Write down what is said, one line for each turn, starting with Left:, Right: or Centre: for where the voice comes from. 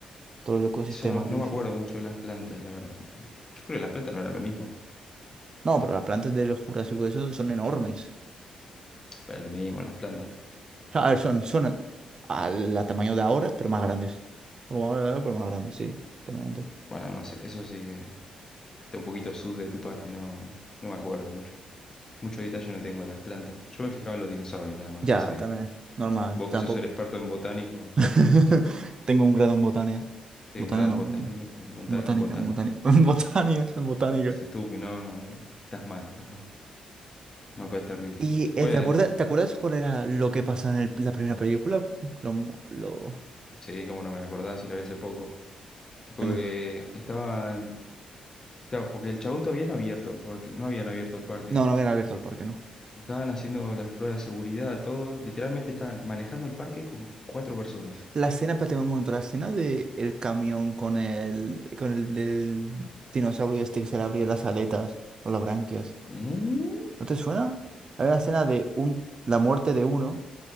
Right: todo el ecosistema
Left: Yo no, no
Right: que hicieron.
Left: me acuerdo mucho de las plantas, la verdad. Yo creo que las plantas no era lo mismo.
Right: No, pero las plantas del Jurásico de eso son enormes.
Left: Pero lo mismo, las plantas.
Right: A ver, son, son al, al tamaño de ahora, pero más grandes. Como ahora, pero más grandes, sí, totalmente.
Left: Bueno, no sé, eso sí que, que está un poquito sus de tu parte, no, no me acuerdo mucho. Mucho detalle no tengo de las plantas. Yo me fijaba en los dinosaurios nada más,
Right: Ya,
Left: no sé.
Right: también, normal,
Left: Vos
Right: tampoco.
Left: que sos el experto en botánico.
Right: <laughs> Tengo un grado en botánica.
Left: Sí,
Right: Botánica
Left: un grado
Right: no,
Left: en botánico.
Right: en,
Left: En bota-
Right: en botánica,
Left: en botánico.
Right: en botánica, <laughs> en botánica, en botánica.
Left: Sos estúpido, no, no, bien, estás mal, estás mal. No, pero es terrible.
Right: ¿Y
Left: ¿Cuál
Right: eh, te
Left: era
Right: acuerdas,
Left: el...?
Right: te acuerdas cuál era lo que pasó en el- la primera película? Lo, lo...
Left: Sí, como no me acordaba si lo vi hace poco. Tipo
Right: Venga.
Left: que estaban Claro, porque el chabón todavía no había abierto el parque, no habían abierto el parque.
Right: No, no habían abierto el parque, no.
Left: Estaban haciendo las pruebas de seguridad, todo. Literalmente estaban manejando el parque con cuatro personas.
Right: La escena, espérate un momento, la escena de el camión con el, con el, el dinosaurio este que se le abría las aletas o las branquias.
Left: ¿Eh?
Right: ¿No te suena? Hay una escena de un, la muerte de uno